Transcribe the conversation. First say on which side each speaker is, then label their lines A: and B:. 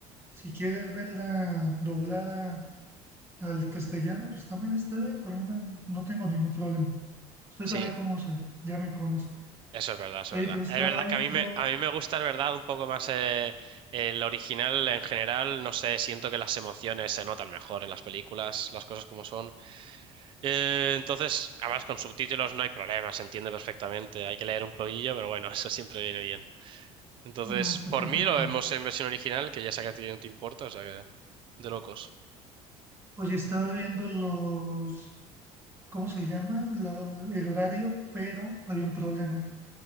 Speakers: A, on the right; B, on the right.
A: si quieres verla doblada al castellano, pues también está bien. Por lo menos no tengo ningún problema. Usted
B: Sí,
A: sabe cómo soy, ya me conoce.
B: Eso es verdad, eso
A: Oye,
B: es verdad.
A: pero estaba
B: Es verdad
A: viendo,
B: que a mí me, a mí me gusta, es verdad, un poco más eh, el original en general. No sé, siento que las emociones se notan mejor en las películas, las cosas como son. Eh, entonces, además con subtítulos no hay problema, se entiende perfectamente. Hay que leer un poquillo, pero bueno, <laughs> eso siempre viene bien. Entonces,
A: no, está
B: por
A: perfecto.
B: mí lo vemos en versión original, que ya sé que a ti no te importa, o sea que de locos.
A: Oye, estaba viendo los, ¿cómo se llama? Lo- el horario, pero hay un problema.